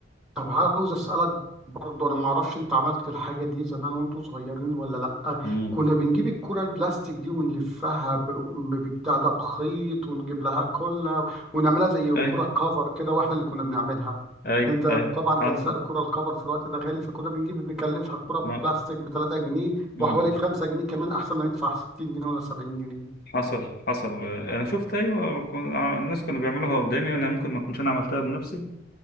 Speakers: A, in the centre; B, on the left.
A: طب عاوز اسالك برضه انا ما اعرفش انت عملت الحاجه دي زمان وانتوا صغيرين ولا لا
B: امم
A: كنا بنجيب الكره البلاستيك دي ونلفها ب- ب- ببتاع ده بخيط ونجيب لها كله ونعملها زي الكره
B: اي
A: كفر كده واحنا اللي كنا بنعملها
B: اي
A: انت
B: اي
A: طبعا
B: ح-
A: كان سعر الكره الكفر في الوقت ده غالي فكنا بنجيب نكلفها كره
B: ما
A: بلاستيك ب 3 جنيه
B: مم.
A: وحوالي 5 جنيه كمان احسن ما ندفع 60 جنيه ولا 70 جنيه
B: حصل حصل انا شفت ايوه كن... ع- الناس كانوا بيعملوها قدامي انا ممكن ما كنتش انا عملتها بنفسي